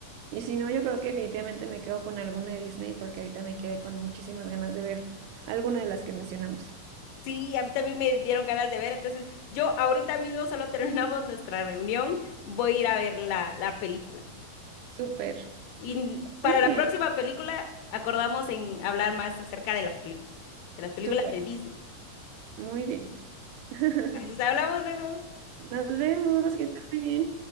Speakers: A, on the right; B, on the left.
A: Y si no, yo creo que definitivamente me quedo con alguna de Disney porque ahorita me quedé con muchísimas ganas de ver alguna de las que mencionamos.
B: Sí, a mí también me dieron ganas de ver. Entonces, yo ahorita mismo solo <laughs> terminamos nuestra reunión. Voy a ir a ver la, la película.
A: Súper.
B: Y para
A: Muy
B: la
A: bien,
B: próxima película acordamos en hablar más acerca de las películas, de las películas
A: súper.
B: de Disney.
A: Muy bien. <laughs>
B: Así que hablamos luego.
A: Nos vemos, que estés muy bien.